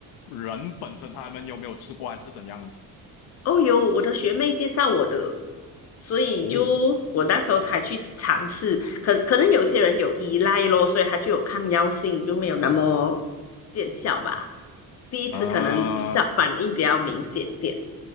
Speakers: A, on the left; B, on the left.
A: 人本身他们有没有吃过还是怎样？
B: 哦，有我的学妹介绍我的，所以就我那时候才去尝试。
A: 哦，
B: 可可能有些人有依赖咯，所以他就有抗药性，就没有那么见效吧。第一次可能效反应比较明显点。
A: 啊，